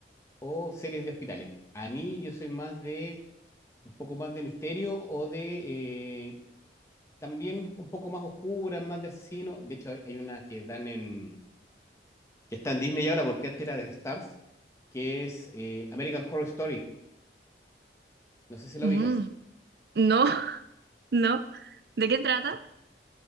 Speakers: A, on the left; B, on the right.
A: o series de hospitales. A mí yo soy más de, un poco más de misterio o de, eh, también un poco más oscura, más de asesino. De hecho, hay una que dan en, que está en Disney ahora, porque antes era de Stars, que es eh, American Horror Story. No sé si
B: Mm,
A: la ubicas.
B: No, <laughs> no. ¿De qué trata?